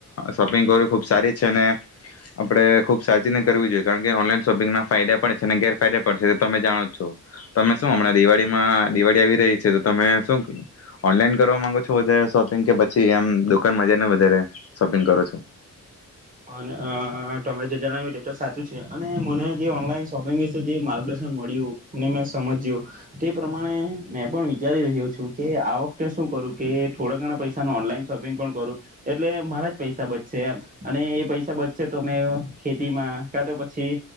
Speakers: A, on the left (about 50°); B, on the right (about 25°).
A: શોપિંગ કરવું ખૂબ સારી છે ને. આપડે ખુબ સાચી કરવી જોઈએ કારણ કે ઓનલાઈન શોપિંગના ફાયદા પણ છે અને ગેરફાયદા પણડ છે તો તમે જાણો જ છો તમે શું હમણાં દિવાળીમાં દિવાળી આવી રહી છે તો તમે શું ઓનલાઈન કરવા માંગો છો વધારે શોપિંગ કે પછી આમ દુકાનમાં જઈને વધારે શોપિંગ કરો છો.
B: અને તમે જે જણાવ્યું તે તો સાચું છે અને મને જે ઓનલાઈન શોપિંગ વિશે જે માર્ગદર્શન મળ્યું, ને મેં સમજ્યું તે પ્રમાણે મેં પણ વિચારી રહ્યો છું કે આ વખતે શું કરું કે થોડા ઘણા પૈસાનું ઓનલાઈન શોપિંગ પણ કરું, એટલે મારા જ પૈસા બચશે એમ. અને એ પૈસા બચશે તો મે ખેતીમાં કા તો પછી